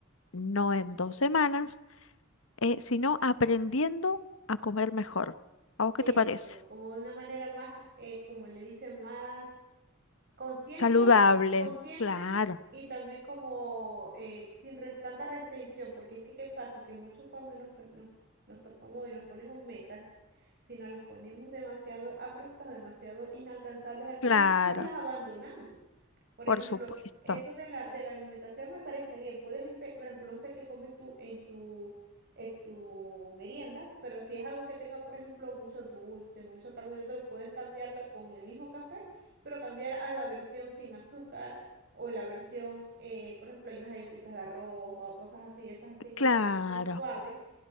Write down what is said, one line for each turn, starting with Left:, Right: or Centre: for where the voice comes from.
Left: no en dos semanas, eh, sino aprendiendo a comer mejor. ¿A vos qué
Right: eso,
Left: te parece?
Right: como de una manera más, eh, como le dicen, más consciente,
Left: Saludable,
Right: consciente
Left: claro,
Right: y también como eh, sin res- tanta restricción, porque es que ¿qué pasa? Que muchos cuando nos, nos, nos topamos y nos ponemos metas, si nos las ponemos demasiado abruptas, demasiado inalcanzables al
Left: claro,
Right: principio, las abandonamos. Por
Left: por
Right: ejemplo,
Left: supuesto,
Right: eso de la, de la alimentación me parece bien. Puedes, empe- por ejemplo, no sé qué comes tú en tu, en tu merienda, pero si es algo que tenga, por ejemplo, mucho dulce, mucho carbohidrato, lo puedes cambiarlo con el mismo café, pero cambiar a la versión sin azúcar o la versión, eh, por ejemplo, hay unas galletitas de arroz o cosas así, esas así como
Left: claro.
Right: que son más suaves